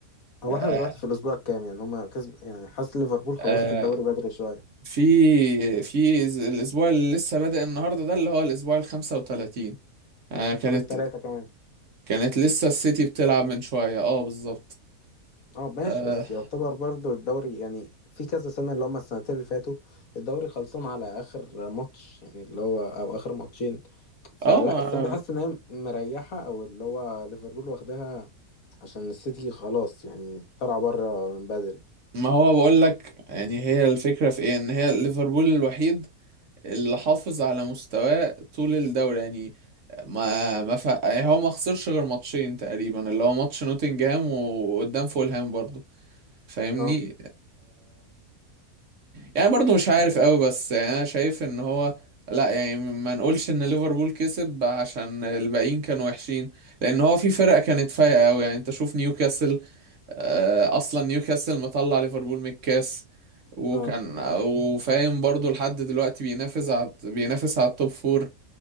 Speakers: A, on the left (about 65°); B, on the right (about 55°).
A: هو
B: آه
A: احنا دلوقتي في الاسبوع الكام يعني هما كسب يعني حاسس ليفربول خلصت
B: آه،
A: الدوري بدري شويه
B: في في الاسبوع اللي لسه بادئ النهارده ده اللي هو الاسبوع ال 35 آه كانت
A: فاضل ثلاثه كمان
B: كانت لسه السيتي بتلعب من شوية اه بالظبط
A: اه ماشي
B: اه
A: بس يعتبر برضو الدوري يعني في كذا سنة اللي هما السنتين اللي فاتوا الدوري خلصان على آخر ماتش يعني اللي هو أو آخر ماتشين فلا
B: آه، ما
A: السنة دي حاسس إن هي مريحة أو اللي هو ليفربول واخداها عشان السيتي خلاص يعني طلع بره من بدري
B: ما هو بقول لك يعني هي الفكرة في ايه ان هي ليفربول الوحيد اللي حافظ على مستواه طول الدوري يعني ما ما ف... يعني هو ما خسرش غير ماتشين تقريبا اللي هو ماتش نوتنجهام وقدام فولهام برضه فاهمني
A: اه
B: يعني برضو مش عارف قوي بس يعني انا شايف ان هو لا يعني ما نقولش ان ليفربول كسب عشان الباقيين كانوا وحشين لان هو في فرق كانت فايقه قوي يعني انت شوف نيوكاسل آه، اصلا نيوكاسل مطلع ليفربول من الكاس وكان
A: اه
B: وفاهم برضو لحد دلوقتي بينافس على بينافس على التوب فور